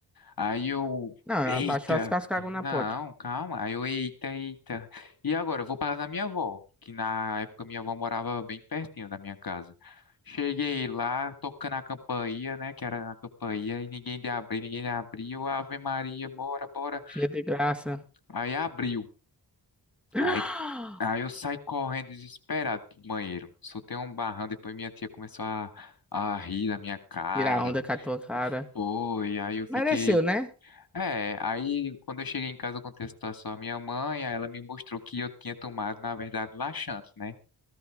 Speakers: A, on the left; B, in the centre.
A: Aí eu,
B: Não,
A: eita,
B: abaixou as calças, cagou na
A: não,
B: porta.
A: calma. Aí eu, eita, eita. E agora, eu vou parar na minha avó, que na época minha avó morava bem pertinho da minha casa. Cheguei lá, tocando a campainha, né, que era na campainha, e ninguém de abrir, ninguém de abrir. Eu, Ave Maria, bora, bora.
B: Cheia de graça.
A: Aí abriu.
B: <gasps>
A: Aí, aí eu saí correndo desesperado pro banheiro. Soltei um barrão, depois minha tia começou a, a rir da minha cara.
B: Tirar onda com a tua cara.
A: Foi, aí eu fiquei.
B: Mereceu, né?
A: É, aí quando eu cheguei em casa, eu contei a situação à minha mãe, aí ela me mostrou que eu tinha tomado, na verdade, laxante, né?